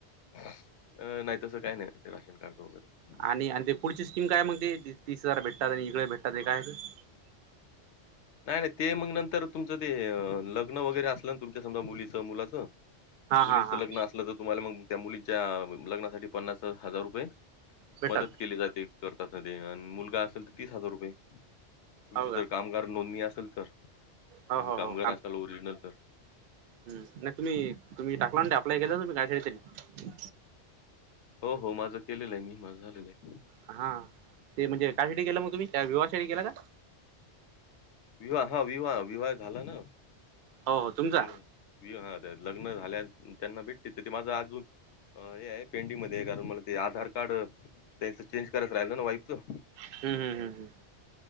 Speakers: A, on the left; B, on the right.
A: अ नाही तसं काही नाही राशन कार्ड वगैरे
B: आणि ते पुढची स्कीम काय मग ते तीस हजार भेटतात आणि इकडे भेटतात ते काय? <inaudible>
A: नाही नाही ते मग नंतर तुमचं ते लग्न वगैरे असलं ना तुमच्या समजा मुलीचं मुलाचं
B: हा
A: मुलीचं
B: हा हा
A: लग्न असलं तर तुम्हाला मग त्या मुलीच्या लग्नासाठी पन्नास हजार रुपये
B: भेटतात
A: मदत केली जाते. करतात मुलगा असेल तर तीस हजार रुपये तुमची
B: हो का?
A: जर काम नोंदणी असेल तर
B: हो
A: तुम्ही
B: हो
A: कामगार
B: हो
A: असाल ओरिजिनल तर
B: हम्म नाही तुम्ही तुम्ही टाकला ना अप्लाय केला तुम्ही ग्रॅज्युएशनसाठी
A: हो हो माझं केलेलं आहे मी माझं झालेलं आहे
B: हा ते म्हणजे
A: हं.
B: कशासाठी केल मग तुम्ही त्या विवाहासाठी केला का
A: विवाह हा विवाह विवाह झाला ना
B: हो हो तुमचा
A: विवा लग्न झाल्या त्यांना भेटते तर ते माझं अजून हे आहे पेंडिंग मध्ये आहे कारण मला ते आधार कार्ड त्यांच चेंज करायचं राहिल ना वाईफच
B: हम्म हम्म हम्म हम्म